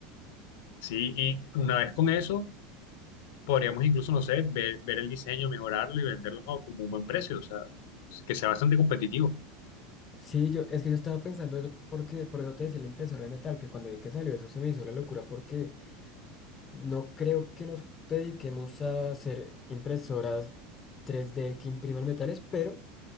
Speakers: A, on the left; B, on the left.
A: sí, y una vez con eso podríamos incluso, no sé, ver, ver el diseño, mejorarlo y venderlo a como un buen precio, o sea, que sea bastante competitivo.
B: Sí, yo, es que yo estaba pensando eso porque, por eso te decía la impresora de metal, que cuando vi que salió eso se me hizo la locura porque no creo que nos dediquemos a hacer impresoras tres d que impriman metales, pero